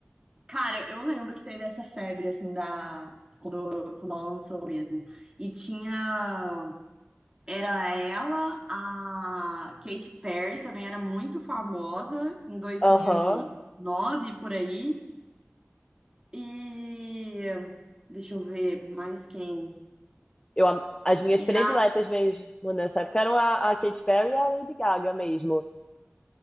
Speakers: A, on the right; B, on the left.
A: Cara, eu lembro que teve essa febre, assim, da... Quando, quando ela lançou mesmo. E tinha... Era ela, a Katy Perry também era muito famosa em 2009,
B: Aham.
A: por aí. E... Deixa eu ver mais quem.
B: Eu, am- as minhas
A: E
B: prediletas
A: a...
B: mesmo né, nessa época eram a, a Katy Perry e a Lady Gaga mesmo.